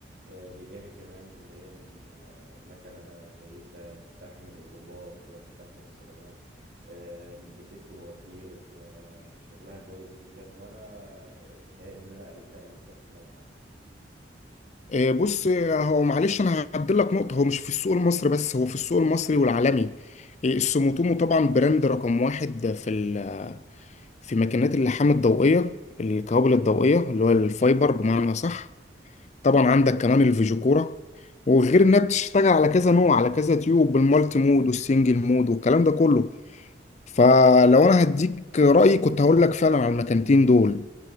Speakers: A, on the right; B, on the left.
A: آه، بجانب كمان اللي هي م- آه، مكنة كويسة تستحمل الغبار تستحمل الصدمات آم، بست مواتير آه، شغلها كويس جدا وأنا بتهيألي إن أنا قابلتها قبل كده في الموقع
B: آه، بص آه، هو معلش انا هعدل لك نقطه هو مش في السوق المصري بس هو في السوق المصري والعالمي آه، السوموتومو طبعا براند رقم واحد في ال- في ماكينات اللحام الضوئيه الكوابل الضوئيه اللي هو الفايبر بمعنى صح طبعا عندك كمان الفيجو كورة وغير انها بتشتغل على كذا نوع على كذا تيوب بالمالتي مود والسنجل مود والكلام ده كله فلو انا هديك رأيي كنت هقول لك فعلا على المكانتين دول